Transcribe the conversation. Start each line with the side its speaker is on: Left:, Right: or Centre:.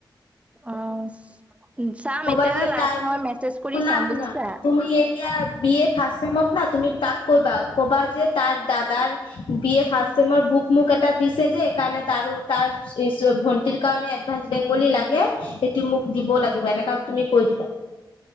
Right: অহ চাম
Left: ক'বা
Right: এতিয়া
Left: যে
Right: লাষ্ট
Left: তাই
Right: মই
Left: মোক
Right: মেছেজ কৰি
Left: শুনা
Right: চাম
Left: শুনা
Right: বুজিছা
Left: তুমি এতিয়া বি এ ৰ্ফাষ্ট চেমত না তুমি তাক কৈবা ক'বা যে তাৰ দাদাৰ বি এ ৰ্ফাষ্ট চেমৰ বুক মোক এটা দিছে যে এইকাৰণে তাৰো তাৰ ভণ্টিৰ কাৰণে এডভান্সড বেংগলী লাগে সেইটো মোক দিব লাগিব এনেকা তুমি কৈ দিবা